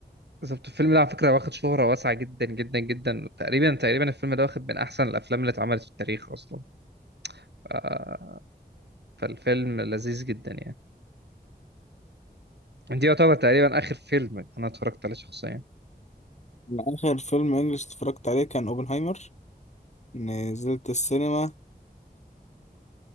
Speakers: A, on the right; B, on the left.
A: بالظبط الفيلم ده على فكرة واخد شهرة واسعة جدا جدا جدا تقريبا تقريبا الفيلم ده واخد من أحسن الأفلام اللي اتعملت في التاريخ أصلا ف- فالفيلم لذيذ جدا يعني دي يعتبر تقريبا آخر فيلم أنا اتفرجت عليه شخصيا
B: أنا اخر فيلم انجلش اتفرجت عليه كان اوبنهايمر نزلت السينما